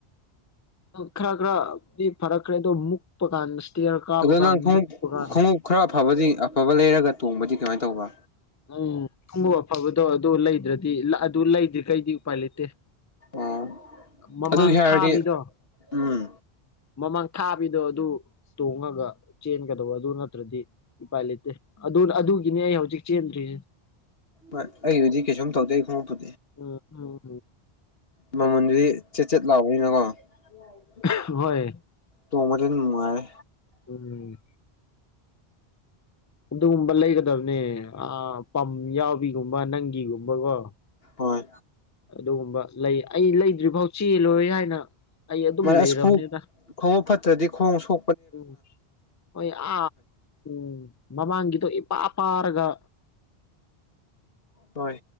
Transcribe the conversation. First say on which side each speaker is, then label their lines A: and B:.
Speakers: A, on the left; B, on the left.
A: ꯈꯔ ꯈꯔꯗꯤ ꯐꯔꯛ ꯈꯔꯦꯗꯣ ꯃꯨꯛꯄ ꯀꯥꯟ ꯏꯁꯇꯤꯌꯔ ꯀꯥꯕ
B: ꯑꯗꯣ
A: ꯀꯥꯟ
B: ꯅꯪ ꯈꯣꯡꯎꯞ
A: ꯃꯨꯛꯄ ꯀꯥꯟ
B: ꯈꯣꯡꯎꯞ ꯈꯔ ꯑꯐꯕꯗꯤ ꯑꯐꯕ ꯂꯩꯔꯒ ꯇꯣꯡꯕꯗꯤ ꯀꯃꯥꯏꯅ ꯇꯧꯕ
A: ꯎꯝ ꯈꯕꯨ ꯑꯐꯕꯗꯣ ꯑꯗꯨ ꯂꯩꯗ꯭ꯔꯗꯤ ꯑꯗꯨ ꯂꯩꯗ꯭ꯦ ꯀꯩꯗꯤ ꯎꯄꯥꯏ ꯂꯩꯇꯦ
B: ꯑꯣ
A: ꯃꯃꯥꯡ
B: ꯑꯗꯨꯒꯤ ꯍꯥꯏꯔꯗꯤ
A: ꯊꯥꯕꯤꯗꯣ
B: ꯎꯝ
A: ꯃꯃꯥꯡ ꯊꯥꯕꯤꯗꯣ ꯑꯗꯨ ꯇꯣꯡꯉꯒ ꯆꯦꯟꯒꯗꯧꯕ ꯑꯗꯨ ꯅꯠꯇ꯭ꯔꯗꯤ ꯎꯄꯥꯥꯏ ꯂꯩꯇꯦ ꯑꯗꯨ ꯑꯗꯨꯒꯤꯅꯦ ꯍꯧꯖꯤꯛ ꯆꯟꯔꯤ
B: ꯍꯣꯏ ꯑꯩꯕꯨꯖꯤꯗꯤ ꯀꯩꯁꯨꯝ ꯇꯧꯗꯩ ꯑꯩ ꯈꯣꯡꯎ
A: ꯎꯝ ꯑꯣ
B: ꯃꯃꯟꯗꯨꯗꯤ ꯆꯦꯠꯆꯦꯠ ꯂꯥꯎꯕꯅꯤꯅꯀꯣ <unintelligible>
A: ꯎꯝ ꯍꯣꯏ
B: ꯀꯃꯗꯤ ꯅꯅꯨꯡꯉꯥꯏꯦ
A: ꯎꯝ ꯑꯗꯨꯒꯨꯝꯕ ꯂꯩꯒꯗꯕꯅꯦ ꯄꯝ ꯌꯥꯎꯕꯤꯒꯨꯝꯕ ꯅꯪꯒꯤꯒꯨꯝꯕꯀꯣ
B: ꯍꯣꯏ
A: ꯑꯗꯨꯒꯨꯝꯕ ꯂꯩ ꯑꯩ ꯂꯩꯗ꯭ꯔꯤ ꯐꯥꯎ ꯆꯦꯜꯂꯣꯏ ꯍꯥꯏꯅ ꯑꯩ ꯑꯗꯨꯝ
B: ꯃꯔ
A: ꯂꯩꯔꯕꯅꯤꯗ
B: ꯑꯁ ꯈ ꯈ ꯐ ꯗꯤ ꯈꯣꯡ ꯁ
A: ꯎꯝ ꯍꯣꯏ ꯑ ꯎꯝ ꯃꯃꯥꯡꯒꯤꯗꯣ ꯄꯥ ꯄꯥꯔꯒ
B: ꯍꯣꯏ